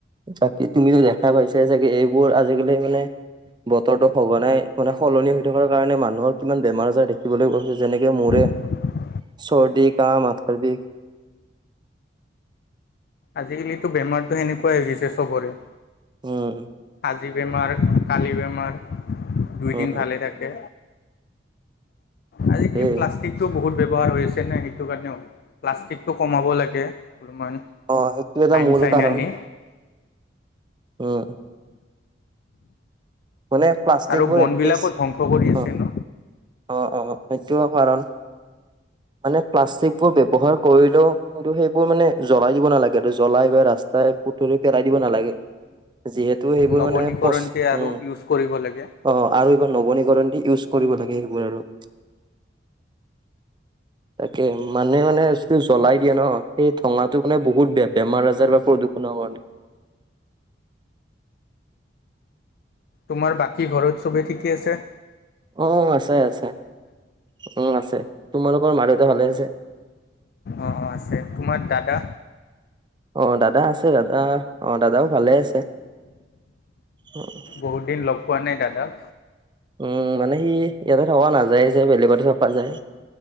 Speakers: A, on the right (about 25°); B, on the left (about 55°).
A: বাকী তুমিতো দেখা পাইছা ছাগে এইবোৰ আজিকালি মানে বতৰতো সঘনাই মানে সলনি হৈ থকাৰ কাৰণে মানুহৰ কিমান বেমাৰ আজাৰ দেখিবলৈ গৈছে যেনেকে মোৰে
B: অ
A: ৰ্চদি, কাঁহ, মাথাবিষ।
B: আজিকালিতো বেমাৰতো সেনেকোৱাই হৈ গৈছে চ'বৰে।
A: উম।
B: আজি বেমাৰ, কালি বেমাৰ, দুই
A: উম
B: দিন ভালে থাকে। আজি
A: তাকেই
B: কি প্লা ষ্টিকটো বহুত ব্যৱহাৰ হৈ আছেনে সেইটো কাৰণেও প্লাষ্টিকটো কমাব লাগে অলপমান
A: অ সেইটো এটা
B: আইন
A: মূল
B: চাইন
A: কাৰণ
B: আনি
A: উম। মানে প্লাষ্টিকবোৰ
B: আৰু বনবিলাকো
A: একেচ,
B: ধ্বংস কৰি আছে
A: অ
B: ন
A: অ অ সেইটোও কাৰণ। মানে প্লাষ্টিকবোৰ ব্যৱহাৰ কৰিলেও কিন্তু সেইবোৰ মানে জ্বলাই দিব নালাগে, এইটো জ্বলাই বা ৰাস্তাই পুৰি পেলাই দিব নালাগে। যিহেতু সেইবোৰ
B: নৱনীকৰণ
A: মানে পচ
B: যে আৰু
A: উম
B: ইউজ কৰিব লাগে।
A: অ আৰু এইবাৰ নৱনীকৰণ দি ইউজ কৰিব লাগে সেইবোৰ আৰু। তাকে মানে মানে যিটো জ্বলাই দিয়ে ন, সেই ঠঙাটো মানে বহুত বেয়া বেমাৰ আজাৰ বা প্ৰদূষণৰ কাৰণে।
B: তোমাৰ বাকী ঘৰত চবেই ঠিকেই আছে?
A: অ আছে আছে অ আছে, তোমালোকৰ মা দেউতা ভালে আছে?
B: অ অ আছে তোমাৰ দাদা
A: অ দাদা আছে, দাদা অ দাদাও ভালে আছে, অ'।
B: বহুত দিন লগ পোৱা নাই দাদাক।
A: উম মানে সি ইয়াতে থকা নাযায়ে যে বেলেগতে থকা যায়